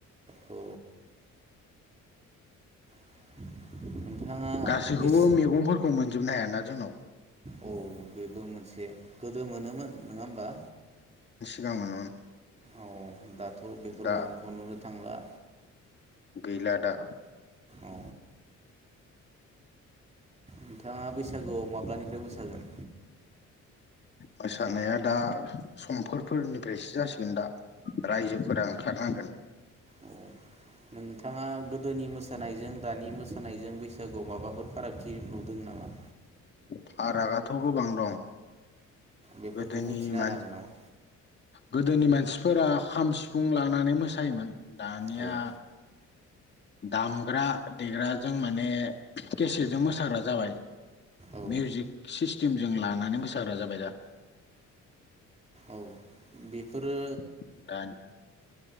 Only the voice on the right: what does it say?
औ। <inaudible>
बेस
औ बेबो मोनसे गोदो मोनोमोन नोङा होमबा।
औ दा बेफोर
मैगंखौ नुनो थांला।
औ नोंथाङा बैसागुआव माब्लानिफ्राय मोसागोन?
औ नोंथाङा गोदोनि मोसानायजों दानि मोसानायजों बैसागुआव माबाफोर फारागथि दि नुदों नामा?
बेफोरखौ
बुंथिना
होनो हागोन नामा?
औ
औ
औ बेफोरो